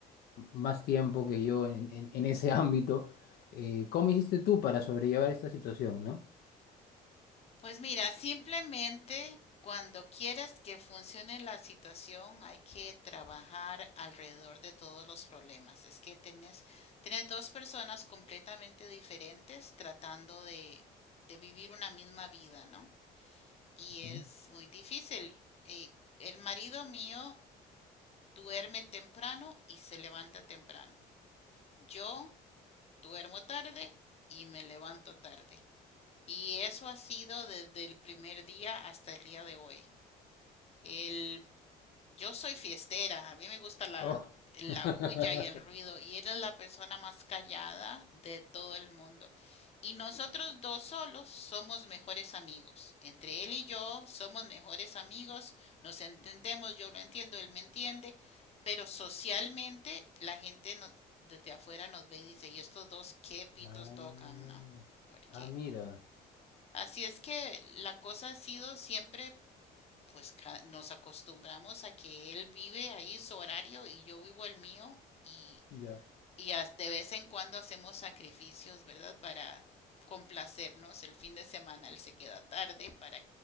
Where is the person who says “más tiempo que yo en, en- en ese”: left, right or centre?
Left